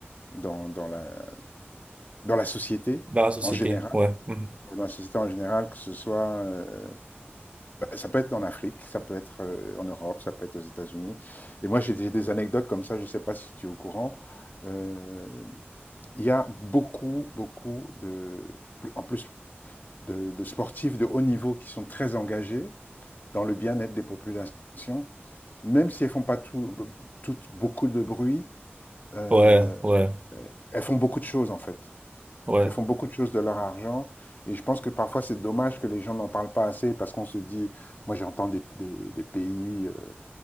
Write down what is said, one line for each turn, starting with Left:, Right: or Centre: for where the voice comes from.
Left: dans, dans la, dans la société
Right: dans la société.
Left: en général
Right: Ouais. Mhm.
Left: dans la société en général, que ce soit, euh, bah, ça peut être en Afrique, ça peut être euh, en Europe, ça peut être aux États-Unis. Et moi, j'ai des, des anecdotes comme ça, je ne sais pas si tu es au courant. Euh, Il y a beaucoup, beaucoup de, en plus de, de sportifs de haut niveau qui sont très engagés dans le bien-être des populations, même si elles font pas tout, toutes beaucoup de bruit. euh,
Right: Ouais, ouais,
Left: elles font beaucoup de choses en fait.
Right: ouais.
Left: Ils font beaucoup de choses de leur argent et je pense que parfois c'est dommage que les gens n'en parlent pas assez parce qu'on se dit, moi j'entends des, des- des pays euh,